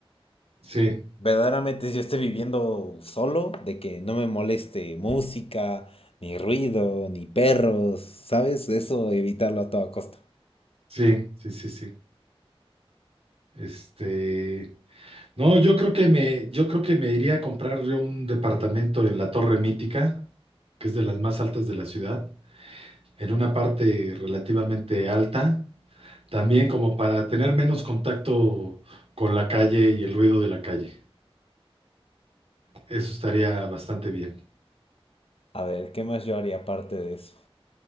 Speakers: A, on the right (about 75°); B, on the left (about 70°).
A: sí,
B: Verdaderamente, si yo esté viviendo solo, de que no me moleste música, ni ruido, ni perros, ¿sabes? Eso evitarlo a toda costa.
A: sí, sí, sí, sí. Este. No, yo creo que me, yo creo que me iría a comprar yo un departamento en la Torre Mítica, que es de las más altas de la ciudad, en una parte relativamente alta, también como para tener menos contacto con la calle y el ruido de la calle. Eso estaría bastante bien.
B: A ver, ¿qué más yo haría aparte de eso?